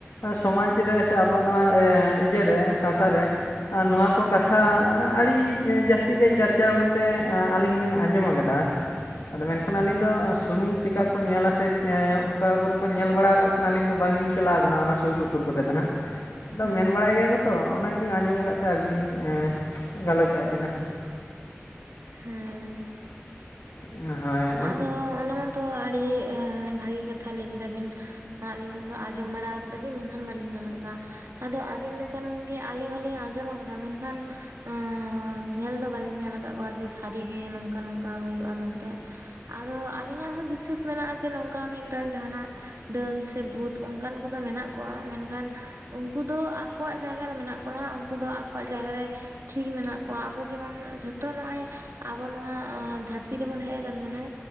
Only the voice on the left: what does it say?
ᱥᱚᱢᱟᱡᱽ ᱨᱮ ᱥᱮ ᱟᱵᱚᱣᱟᱜ ᱱᱚᱣᱟ ᱮ ᱤᱭᱟᱹ ᱨᱮ ᱥᱟᱶᱛᱟ ᱨᱮ ᱱᱚᱣᱟ ᱠᱚ
ᱠᱟᱛᱷᱟᱼᱼ
ᱮ ᱟᱹᱰᱤ ᱡᱟᱹᱥᱛᱤ ᱜᱮ ᱪᱟᱨᱪᱟᱣ ᱟᱠᱟᱱᱛᱮ ᱟᱹᱞᱤᱧ ᱦᱚᱞᱤᱧ ᱟᱸᱡᱚᱢ ᱟᱠᱟᱫᱟ ᱾ ᱟᱫᱚ ᱢᱮᱱᱠᱷᱟᱱ ᱟᱹᱞᱤᱧᱼᱼ ᱟᱹᱞᱤᱧ ᱫᱚ ᱥᱩᱱᱩᱢ ᱪᱤᱠᱟ ᱠᱚ ᱧᱮᱞᱟ ᱥᱮ ᱚᱠᱟ ᱠᱚᱨᱮ ᱠᱚ ᱧᱮᱞ ᱵᱟᱲᱟ ᱠᱟᱜ ᱠᱟᱱᱟ ᱟᱹᱞᱤᱧ ᱫᱚ ᱵᱟᱝᱞᱤᱧ ᱪᱟᱞᱟᱣ ᱟᱠᱟᱱᱟ ᱚᱱᱟ ᱥᱩᱨ ᱥᱩᱯᱩᱨ ᱾ <inaudible> ᱜᱚᱡᱮ ᱠᱟᱱᱟ ᱾ ᱟᱫᱚ
ᱢᱮᱱ
ᱵᱟᱲᱟᱭ ᱜᱮᱭᱟ ᱠᱚ ᱛᱚ ᱚᱱᱟ ᱜᱮᱞᱤᱧ ᱟᱸᱡᱚᱢ ᱟᱠᱟᱫ ᱛᱮ ᱟᱹᱵᱤᱱ ᱮ ᱜᱟᱞᱚᱪᱟᱜ ᱵᱤᱱᱟ ᱾
ᱦᱚᱭ